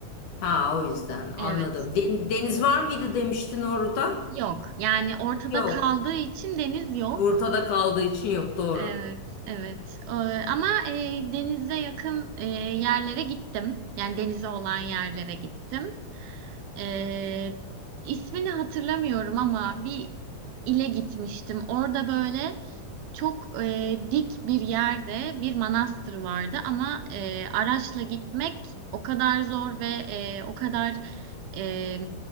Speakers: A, on the left; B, on the right.
A: Ha o yüzden anladım.
B: Evet.
A: Den- Deniz
B: Evet.
A: var mıydı demiştin orada?
B: Yok. Yani ortada
A: Yok.
B: kaldığı için deniz yok.
A: Ortada kaldığı için yok doğru.
B: Evet, evet. Ee, ama e, denize yakın e, yerlere gittim. Yani denize olan yerlere gittim. Ee, ismini hatırlamıyorum ama bir ile gitmiştim. Orada böyle çok e, dik bir yerde bir manastır vardı ama e, araçla gitmek o kadar zor ve e, o kadar e,